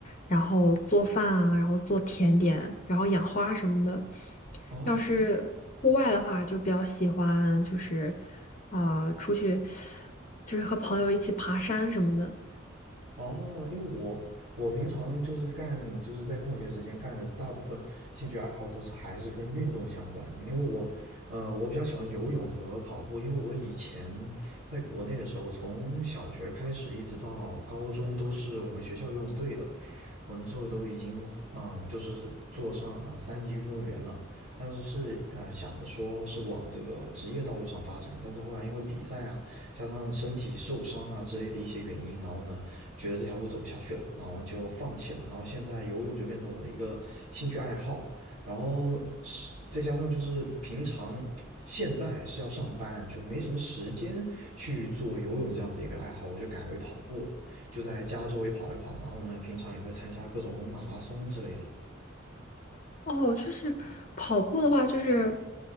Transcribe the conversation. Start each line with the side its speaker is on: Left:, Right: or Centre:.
Left: 然后做饭啊，然后做甜点，然后养花什么的。
Right: 哦，
Left: 要是户外的话，就比较喜欢就是啊、出去，就是和朋友一起爬山什么的。
Right: 哦，因为我我平常就是干，就是在空闲时间干的大部分兴趣爱好都是还是跟运动相关的，因为我，呃，我比较喜欢游泳和跑步，因为我以前在国内的时候，从小学开始一直到高中都是我们学校游泳队的，我那时候都已经，嗯、呃就是做上啊、呃三级运动员了，当时是呃想着说是往这个职业道路上发展，但是后来因为比赛啊，加上身体受伤啊之类的一些原因，然后呢。觉得这条路走不下去了，然后就放弃了。然后现在游泳就变成我的一个兴趣爱好，然后是再加上就是平常现在是要上班，就没什么时间去做游泳这样子一个爱好，我就改为跑步了，就在家周围跑一跑。然后呢，平常也会参加各种马拉松之类的。
Left: 哦，就是跑步的话，就是